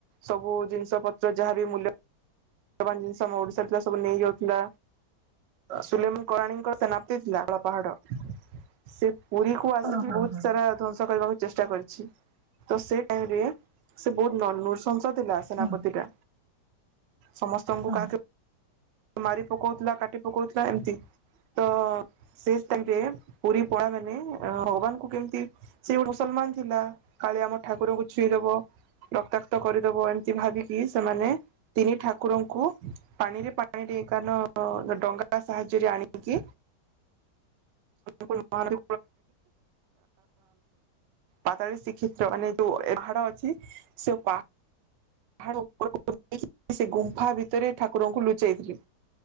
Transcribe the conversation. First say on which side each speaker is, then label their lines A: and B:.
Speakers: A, on the right; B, on the right.
A: ସବୁ ଜିନିଷ ପତ୍ର ଯାହାବ ମୂଲ୍ୟ ମାନ ଜିନିଷ ଆମ ଓଡିଶା ଥିଲା ସବୁ ନେଇଯାଉଥିଲା ସୁଲେମ କରରାଣୀଙ୍କ ସେନାପ୍ତି ଥିଲା କଳ ପାହାଡ ସେ ପୁରୀ ୁ ଆସିକି
B: ହଁ ହଁ
A: ବହୁତ
B: ହଁ।
A: ସାରା ଧ୍ୱଵଂସ କରିବାକୁ ଚେଷ୍ଟା କରିଛି ତ ସେ ଟାଇମ ରେ ସେ ବହୁତ ନନ ନର୍ସସ ଥିଲା ସେନାପତିଟା
B: ହଁ
A: ସମସ୍ତଙ୍କୁ
B: ହଁ
A: କାହାକ ମାରି ପକଉଥିଲା କାଟି ପକଉଥିଲା ଏମତି ତ ସେ ଟାଇରେ ପୁରୀ ପଳା ମାନେ ଭଗବାନଙ୍କୁ କେମିତି ସେ ଗୋ ମୁସଲମାନ ଥିଲା କାଳେ ଆମ ଠାକୁରଙ୍କୁ ଛୁଇଁଦବ ରକ୍ତାକ୍ତ କରିଦବ ଏମିତି ଭାବିକି ସେମାନେ ତିନି ଠାକୁରଙ୍କୁ ପାଣିରେ ପା ପାଣିରେ କାନ ଡଙ୍ଗା ସାହାଯ୍ୟରେ ଆଣିକି ମହ କଳ ଆଣି ପାଦଳ ଶ୍ରୀକ୍ଷେତ୍ର ମାନେ ଯୋଉ ପାହାଡ ଅଛି ସେ ପାହା ପାହା ଉପରକୁ ସେ ଗୁମ୍ଫା ଭିତରେ ଠାକୁରଙ୍କୁ ଲୁଚ ପ ଯାଇଥିଲି